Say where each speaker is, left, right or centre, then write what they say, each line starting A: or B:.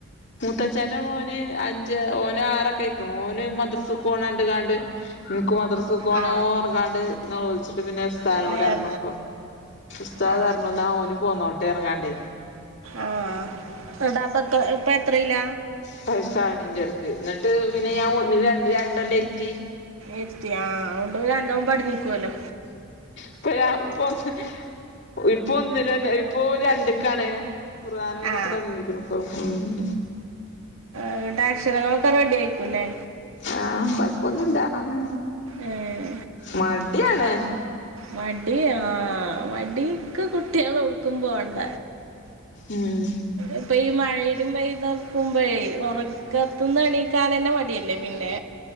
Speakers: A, on the left; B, on the right.
A: മൂത്തച്ചന്റെ മോൻ- ഓന് അഞ്ച് ഓന് ആറൊക്കെ അയ്ക്കുണ് ഓന് മദ്രസക്ക്‌ പോണണ്ട് കാണ്ട്. നിക്ക് മദ്രസക്കൊണോ
B: ആ
A: പറഞ്ഞ്ങ്ങാണ്ട് നോലോലിച്ചിട്ട് പിന്നെ ഉസ്താദ് നോട്‌
B: നേർ
A: പറഞ്ഞു ഇപ്പൊ. ഉസ്താദ്
B: ആ
A: പറഞ്ഞ് ന്നാ ഓന് പോന്നോട്ടേ പറഞ്ഞുങ്ങാണ്ടേ.
B: ആഹ എതാപ്പ എത്ര ഇപ്പ എത്രയില.
A: വയസ്സാണീന്റെ എടക്ക്‌ ഇന്നട്ട് പിന്നെ ഞാൻ ഒന്നിൽ രണ്ട് രണ്ട് കൊല്ലാം ഇരുത്തി
B: ഇരുത്തി അതോണ്ട് നല്ലോം പടിഞ്ഞി കൊല്ലോ
A: ഇപ്പ ഞ ഇപ്പൊന്ന് ഇപ്പ ഒന്ന് ലന്നെ ഇപ്പൊ രണ്ട്ക്കാണ് കുർആനും ഇതൊക്കെ
B: ആ
A: തുടങ്ങീക്ക്ണ് ഇപ്പം ഉം
B: ങ്ങട്ട് അക്ഷരങ്ങളൊക്കെ റെഡി യായിക്കുല്ലേ
A: ആഹ് കൊഴപ്പൊന്നുല്ല ആഹ്
B: ഏഹ്
A: മടിയാണ്
B: മടി ആഹ് മടിക്ക്‌ കുട്ടിയാള് ഒട്ക്കും പോണ്ട
A: ഉം
B: ഇപ്പോ ഈ മഴ ടീം പെയ്താക്കുമ്പോഴേ ഉറക്കത്ത് ന്ന്ണീക്കാ നന്നെ മടിയല്ലേ പിന്നെ